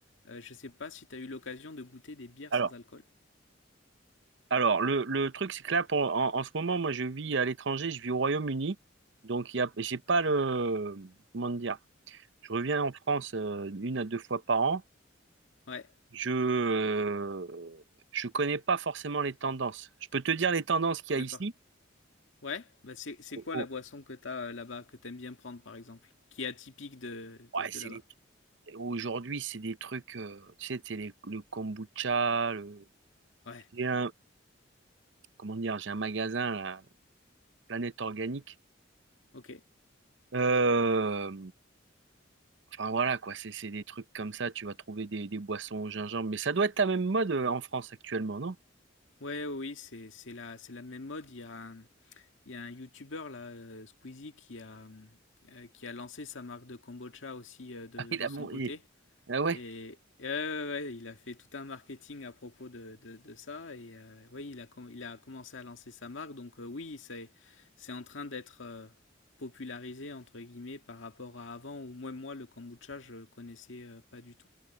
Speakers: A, on the left; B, on the right.
A: Euh, je sais pas si tu as eu l'occasion de goûter des bières
B: Alors,
A: sans alcool.
B: Alors, le, le truc, c'est que là, pour, en, en ce moment, moi, je vis à l'étranger, je vis au Royaume-Uni. Donc, il y a, j'ai pas
A: Ouais,
B: le. Comment dire? Je reviens en France euh, une à deux fois par an.
A: Ouais,
B: Je euh, je connais pas forcément les tendances. Je peux te dire les tendances qu'il
A: d'accord.
B: y a ici.
A: Ouais, bah c'est, c'est
B: Oh,
A: quoi
B: oh,
A: la boisson que tu as là-bas, que tu aimes bien prendre, par exemple, qui est atypique de,
B: ouais,
A: de, de
B: c'est
A: là-bas?
B: les- Aujourd'hui, c'est des trucs. euh, tu sais, c'est les- le kombucha. Le...
A: Ouais,
B: J'ai un, comment dire? J'ai un magasin, la Planète Organique.
A: ok.
B: Euh, Enfin voilà quoi, c'est c'est des trucs comme ça, tu vas trouver des, des boissons au gingembre, mais ça doit être la même mode euh, en France actuellement, non? <laughs>
A: Ouais, oui, oui, c'est, c'est la, c'est la même mode. Il y a un- Il y a un YouTuber là, euh, Squeezie, qui a, euh, qui a lancé sa marque de kombucha aussi euh, de,
B: Ah, il
A: de
B: a
A: son
B: bon,
A: côté.
B: il- ah ouais,
A: Et, et ouais, ouais, ouais, il a fait tout un marketing à propos de, de- de ça. Et euh, ouais, il a, com- il a commencé à lancer sa marque. Donc euh, oui, c'est, c'est en train d'être euh, popularisé, entre guillemets, par rapport à avant, où moi, moi le kombucha, je connaissais euh, pas du tout.